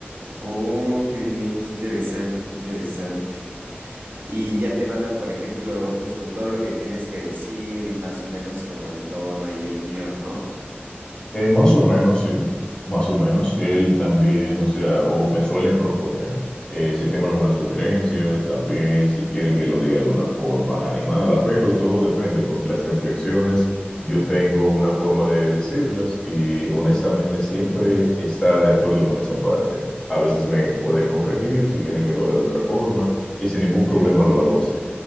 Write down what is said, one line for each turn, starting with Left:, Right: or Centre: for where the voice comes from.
Right: Oh, qué bien, qué interesante, qué interesante. Y ya te mandan, por ejemplo, justo todo lo que tienes que decir y más o menos como el tono ahí, el guión, ¿no? Y
Left: Eh, más o menos, sí, más o menos. Él también, o sea, o me suelen proponer, eh, si tengo alguna sugerencia, también si quieren que lo diga de una forma animada, pero todo depende, porque las reflexiones yo tengo una forma de decirlas y honestamente siempre está de acuerdo con esa parte. A veces me puede corregir si quiere que lo haga de otra forma y sin ningún problema lo hago así.